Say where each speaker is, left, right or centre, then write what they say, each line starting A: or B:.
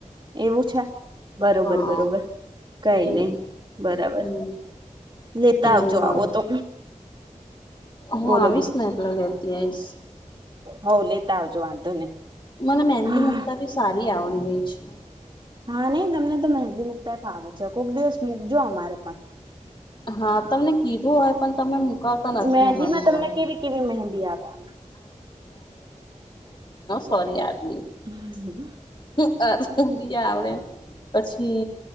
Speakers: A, on the right; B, on the left.
A: એવું છે બરોબર
B: હા
A: બરોબર કઈ
B: એ
A: નય બરાબર
B: હમ
A: લેતા
B: એવું
A: આવજો
B: હોય
A: આવો તો.
B: હું
A: બોલો
B: આવીશ ને એટલે લેતી આઈશ.
A: હવ લેતા આવજો નહી.
B: મને મહેંદી
A: હા
B: મૂક્તા બી સારી આવડી ગઈ છે.
A: હા નય તમને તો મહેંદી મુકતાય ફાવે. એકોક દિવસ મૂકજો અમારે પણ.
B: હા, તમને કીધું હો પણ તમે મૂકાવતા નથી
A: મહેંદી
B: અમારી
A: માં તમને
B: જોડે.
A: કેવી <inaudible>
B: પર્યા.
A: <inaudible>
B: <inaudible> પછી